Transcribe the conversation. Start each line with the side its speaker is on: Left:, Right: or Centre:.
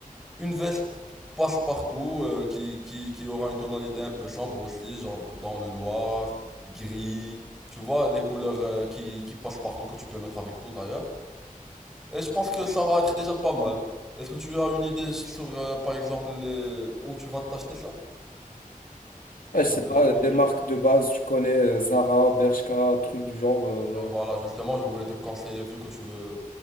Centre: Une veste passe-partout euh, qui, qui, qui aura une tonalité un peu sombre aussi, genre dans le noir, gris. Tu vois, les couleurs euh, qui, qui passent partout, que tu peux mettre avec tout d'ailleurs. Et je pense que ça va être déjà pas mal. Est-ce que tu as une idée sur, euh, par exemple, les- où tu vas t'acheter ça?
Left: Ouais, je
Centre: Genre,
Left: sais
Centre: c'est
Left: pas,
Centre: dans quel
Left: les marques de base, tu connais euh, Zara, Bershka, trucs du genre. euh.
Centre: Bah voilà, justement, je voulais te conseiller, vu que tu veux,